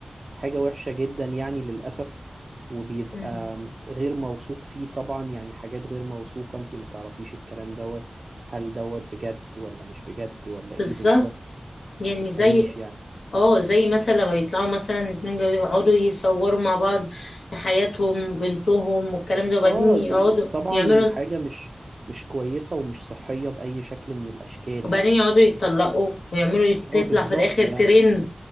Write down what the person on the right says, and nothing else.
حاجة وحشة جدا يعني للأسف وبيبقى
غير موثوق فيه طبعا يعني حاجات غير موثوقة انتي ما تعرفيش الكلام دوت هل دوت بجد ولا مش بجد ولا ايه
بالظبط
ما تفهميش
يعني
اه
د- طبعا
حاجة مش مش كويسة ومش صحية بأي شكل من الأشكال
يعني
اه
بالظبط
يعني